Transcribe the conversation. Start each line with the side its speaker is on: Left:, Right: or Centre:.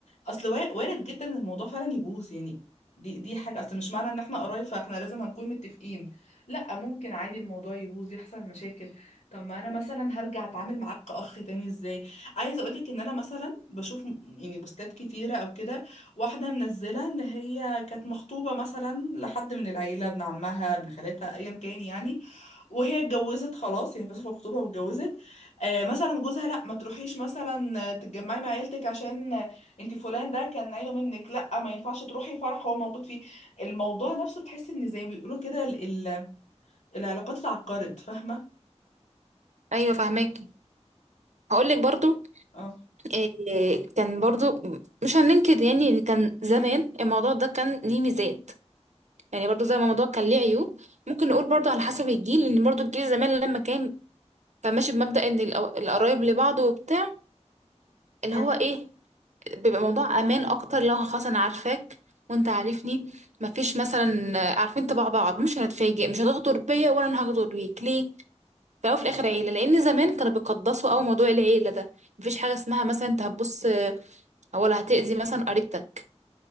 Left: أصل وار- وارد جدا إن الموضوع فعلا يبوظ يعني دي دي حاجة أصل مش معنى إن إحنا قرايب فإحنا لازم هنكون متفقين لأ ممكن عادي الموضوع يبوظ يحصل مشاكل طب ما أنا مثلا هرجع أتعامل معاك كأخ تاني إزاي عايزة أقولك إن أنا مثلا بشوف م- يعني بوستات كتيرة أو كده واحدة منزلة إن هي كانت مخطوبة مثلا لحد من العيلة ابن عمها ابن خالتها أيا كان يعني وهي اتجوزت خلاص يعني فسخوا الخطوبة واتجوزت آه، مثلا جوزها لا ما تروحيش مثلا تتجمعي مع عيلتك عشان انت فلان ده كان عيله منك لا ما ينفعش تروحي فرح هو موجود فيه الموضوع نفسه بتحس ان زي ما بيقولوا كده ال- ال- العلاقات اتعقدت فاهمه
Right: ايوه فاهماكي هقول لك برضو
Left: اه
Right: إيه، كان برضو مش هننكر يعني إن كان زمان الموضوع ده كان ليه ميزات يعني برضو زي ما الموضوع كان ليه عيوب ممكن نقول برضو على حسب الجيل ان برضو الجيل زمان لما كان كان ماشي بمبدأ ان الأو- القرايب لبعض وبتاع اللي
Left: مم.
Right: هو ايه بيبقى موضوع امان اكتر لو خلاص انا عارفاك وانت عارفني مفيش مثلا آه، عارفين طباع بعض مش هنتفاجئ مش هتغدر بيا ولا انا هغدر بيك ليه في الاول وفي الاخر عيله لان زمان كانوا بيقدسوا قوي موضوع العيله ده مفيش حاجه اسمها مثلا انت هتبص آه، ولا هتأذي مثلا قريبتك